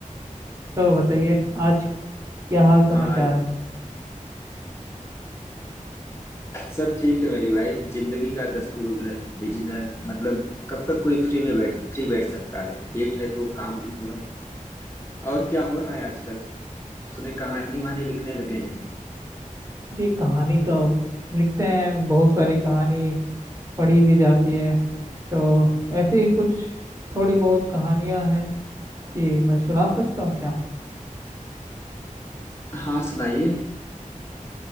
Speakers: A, on the right; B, on the left.
A: तो बताइए आज क्या हाल समाचार
B: हाँ
A: है
B: सब ठीक है मेरे भाई जिंदगी का दस्तूर है बिजनेस मतलब कब तक कोई फ्री में बैठ फ्री बैठ सकता है पेट है तो काम भी तो है और क्या हो रहा है आजकल सुने कहानी वहानी लिखने लगे हैं
A: जी कहानी तो लिखते हैं बहुत सारी कहानी पढ़ी भी जाती है तो ऐसे ही कुछ थोड़ी बहुत कहानियां हैं कि मैं सुना सकता हूँ क्या
B: हाँ सुनाइए